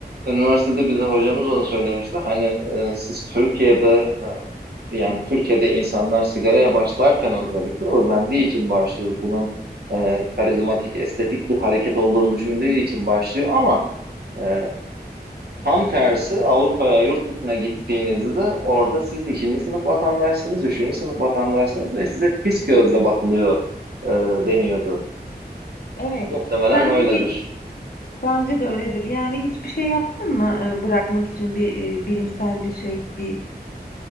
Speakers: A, on the right; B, on the left.
A: Üniversitede bize hocamız onu söylemişti. Hani e, siz Türkiye'de e, Yani Türkiye'de insanlar sigaraya başlarken özellikle özendiği için başlıyor. Bunun e, karizmatik, estetik bir hareket olduğunu düşündüğü için başlıyor. Ama e, tam tersi Avrupa'ya, yurt dışına gittiğinizde orada siz ikinci sınıf vatandaşsınız, üçüncü sınıf vatandaşsınız ve size pis gözle bakılıyor e, deniyordu.
B: Evet.
A: Muhtemelen
B: Sen
A: öyledir.
B: peki bence de öyledir. Yani hiçbir şey yaptın mı e, bırakmak için bir e, bilimsel bir şey, bir